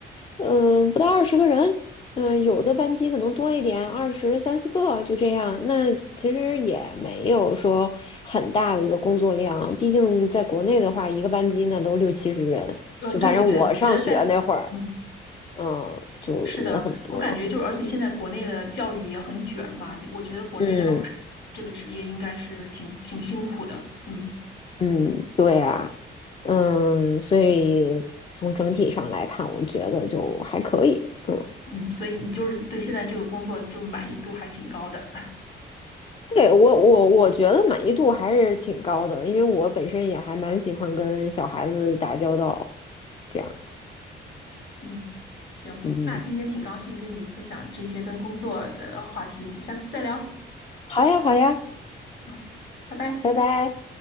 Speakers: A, on the left; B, on the left.
A: 嗯、不到二十个人，嗯、有的班级可能多一点，二十三四个就这样。那其实也没有说很大的一个工作量，毕竟在国内的话，一个班级那都六七十人，
B: 呃，
A: 就反正我上学那会儿，
B: 对对对，我觉得在，嗯，
A: 嗯，就人很多，
B: 是的，我感觉就而且现在国内的教育也很卷嘛，我觉得国内的老师这个职业应该是挺挺辛苦的，
A: 嗯。
B: 嗯
A: 嗯，对啊，嗯，所以从整体上来看，我觉得就还可以。嗯，
B: 嗯，所以你就是对现在这个工作就是满意度还挺高的，
A: 对，我我我觉得满意度还是挺高的，因为我本身也还蛮喜欢跟小孩子打交道，这样。
B: <laughs> 嗯，行，
A: 嗯，
B: 那今天挺高兴跟你分享这些跟工作的话题，我们下次再聊。
A: 好呀，好呀，
B: 好，拜拜。
A: 拜拜。